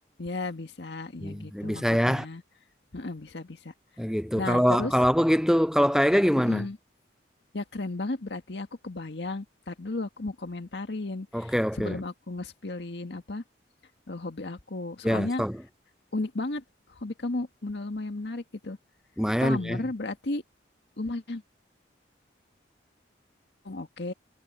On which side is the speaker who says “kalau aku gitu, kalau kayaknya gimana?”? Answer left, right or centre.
Centre